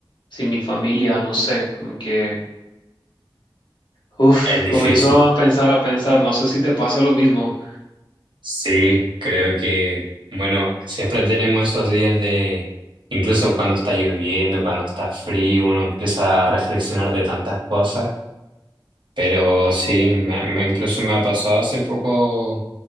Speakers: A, on the left; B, on the right.
A: sin mi familia, no sé, como que... Uf,
B: Es difícil.
A: comenzó a pensar, a pensar, no sé si te pasa lo mismo.
B: Sí, creo que, bueno, siempre tenemos esos días de, incluso cuando está lloviendo, cuando está frío, uno empieza a reflexionar de tantas cosas, pero sí, me, me- incluso me ha pasado hace poco